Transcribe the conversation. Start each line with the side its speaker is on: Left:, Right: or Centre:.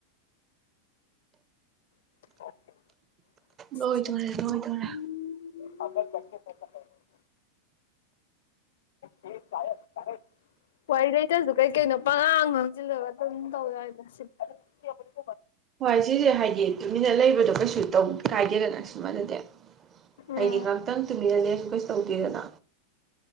Left: <inaudible>
Right: ꯂꯣꯏꯗꯣꯔꯦ ꯂꯣꯏꯗꯣꯔꯦ
Left: <unintelligible> ꯂꯥꯢꯔꯤꯛ ꯄꯥꯌꯦ ꯄꯥꯌꯦ ꯋꯥꯔꯤ ꯂꯩꯇꯁꯨ ꯀꯩ ꯀꯩꯅꯣ ꯄꯉꯥꯡ ꯉꯥꯡꯖꯤꯜꯂꯒ ꯑꯗꯨꯝ ꯇꯧꯔ ꯁꯤ <unintelligible>
Right: ꯍꯣꯏ ꯁꯤꯖꯦ ꯍꯥꯏꯗꯤ ꯇꯨꯃꯤꯟꯅ ꯂꯩ ꯑꯗꯨꯗꯣ ꯀꯩꯁꯨ ꯇꯧ ꯀꯥꯏꯗꯦꯗꯅ ꯁꯨꯃꯥꯏꯅꯗꯤ
Left: ꯎꯝ
Right: ꯍꯥꯏꯗꯤ ꯉꯍꯥꯛꯇꯪ ꯇꯨꯝꯃꯤꯔꯅꯁꯨ ꯀꯩꯁꯨ ꯇꯧꯗꯦꯗꯅ